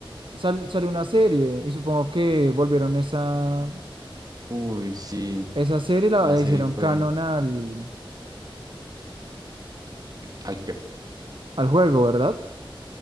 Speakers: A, on the right; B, on the right.
A: sal- salió una serie y supongo que volvieron esa,
B: uy, sí,
A: esa serie, la,
B: la
A: la
B: serie
A: hicieron
B: fue
A: canon al,
B: al que...
A: al juego, ¿verdad?